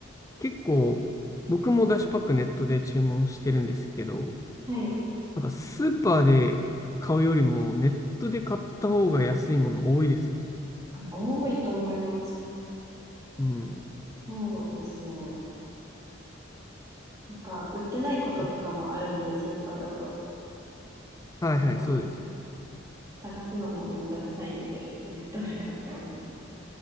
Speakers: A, on the left; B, on the right.
A: 結構、僕も出汁パックネットで注文してるんですけど、
B: はい。
A: なんかスーパーで買うよりもネットで買った方が安いもの多いですよ。
B: あ多いと思います。
A: うん。
B: そうですね。なんか、売ってないこととかもあるんで、
A: やっ
B: スーパーだと。
A: はいはい、
B: もう、
A: そうです。
B: 探すのもめんどくさいんで、ネットで買ってますね。